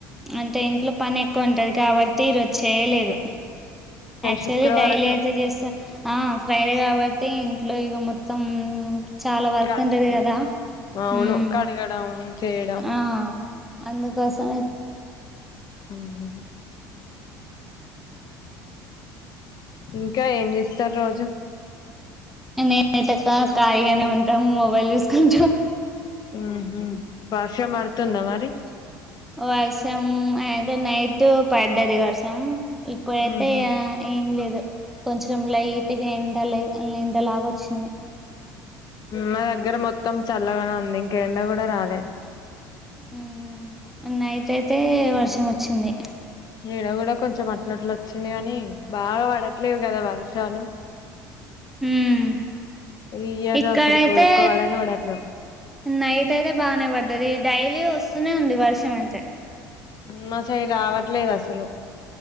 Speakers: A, in the centre; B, on the left (about 45°).
A: అంటే ఇంట్లో పని ఎక్కువ ఉంటది కాబట్టి ఈరోజు చేయలేదు. యాక్చువల్లీ
B: శుక్రవారం
A: డైలీ అయితే చేస్తా. ఆహ్ ఫ్రైడే కాబట్టి ఇంట్లో ఇక మొత్తం. చాలా వర్క్
B: కడగడం
A: ఉంటది కదా
B: అవును
A: ఉమ్.
B: కడగడం చేయ
A: ఆహ్ అందుకోసమే
B: ఉమ్. ఇంకా ఏం చేస్తారు రోజు.
A: నేనైతే కా ఖాళీగానే ఉంటా మొబైల్ చూసుకుంటూ.
B: ఉహూ వర్షం పడుతుందా మరి.
A: వర్షం అయితే నైట్ పడ్డది వర్షం ఇప్పుడైతే
B: ఉహు
A: ఇగ. ఏం లేదు కొంచెం లైట్గా ఎండ లె ఎండలాగ వచ్చింది.
B: మా దగ్గర మొత్తం చల్లగానే ఉంది ఇంకా ఎండ కూడా రాలే
A: ఉహు నైట్ అయితే వర్షం వచ్చింది.
B: ఇడ కూడా కొంచెం అట్ల అట్ల వచ్చింది కాని బాగా పడట్లేదు కదా వర్షాలు.
A: ఉమ్
B: ఇయారు
A: ఇక్కడైతే
B: అసలుకు ఎక్కువ వాడనే వాడట్లే
A: నైట్ అయితే బానే పడ్డది డైలీ వస్తూనే ఉంది వర్షం అంతే
B: మా సైడ్ రావట్లేదు అసలు